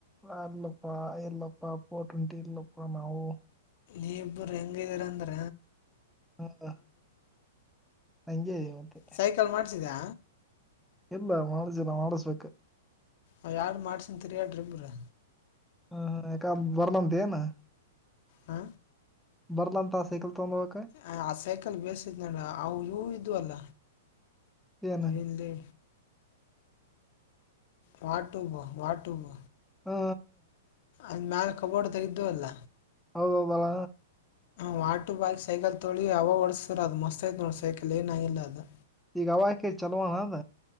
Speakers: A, in the centre; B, on the left (about 55°).
A: ಅಲ್ಲಪ್ಪ ಇಲ್ಲಪ್ಪ ಫೋರ್ ಟ್ವೆಂಟಿ ಇಲ್ಲಪ್ಪ ನಾವು.
B: ನೀವ್ ಇಬ್ಬರು ಹೆಂಗ್ ಅದಿರ ಅಂದ್ರ
A: ಹಾ ಹಾ. <unintelligible>
B: ಸೈಕಲ್ ಮಾಡ್ಸಿದ್ಯ.
A: ಇಲ್ಲ ಮಾಡಸಿಲ್ಲ ಮಾಡಿಸ್ಬೇಕು.
B: ಅವ್ ಯಾಡ್ ಮಾಡ್ಸತೀರಾ ಹೇಳ್ಯಡ್ರಿಬ್ಬ್ರ.
A: ಹ ಯಾಕ ಬರ್ಲಂತೇನು.
B: ಹಾ
A: ಬರ್ಲಂತ ಸೈಕಲ್ ತಗೊಂಬೋ ಹೋಗಕ.
B: ಆ ಆ ಸೈಕಲ್ ಬೇಸಿದ್ ನೋಡ್ ಅವ ಇವು ಇದ್ವಲ
A: ಏನ್
B: ಎಲ್ಲಿ. ವಾಟುಬ್ ವಾಟೂಬ್.
A: ಹೂ
B: ಅಂದ್ ಮ್ಯಾಲ ಕಬೋರ್ಡ್ದಾಗ ಇದ್ವಲ್ಲ.
A: ಹೌದ ಹೌದೆಳ.
B: ವಾಟೂಬ್ ಆಕಿ ಸೈಕಲ್ ತೋಳಿ ಅವ ಹೊಡ್ಸ್ರಿ ಅದು ಮಸ್ತ್ ಆಯ್ತ್ ನೋಡ್ ಸೈಕಲ್ ಎನ್ ಆಗಿಲ್ಲ ಅದು.
A: ಈಗ ಅವಾಕೆ ಚಲೋನ್ ಅದ